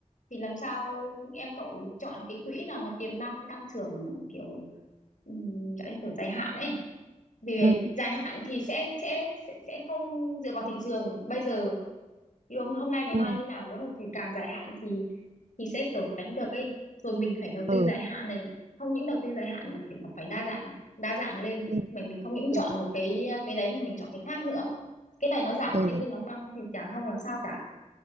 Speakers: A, on the left (about 70°); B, on the right (about 55°).
A: thì làm sao em cậu chọn cái quỹ nào mà tiềm năng tăng trưởng kiểu um, kiểu dài hạn ấy vì vậy
B: ừ
A: dài hạn thì sẽ sẽ sẽ sẽ không dựa vào thị trường bây giờ thì hôm hôm nay ngày
B: ừ
A: mai như nào đúng không thì càng dài hạn thì thì sẽ kiểu tránh được ấy rồi mình phải đầu tư
B: ừ
A: dài hạn này không những đầu tư dài hạn mà kiểu là phải đa dạng đa dạng lên
B: ừ
A: mình mình không những chọn
B: ừ,
A: một cái cái đấy mà mình chọn cái khác nữa cái này nó giảm
B: ừ.
A: thì cái kia nó tăng thì chả không làm sao cả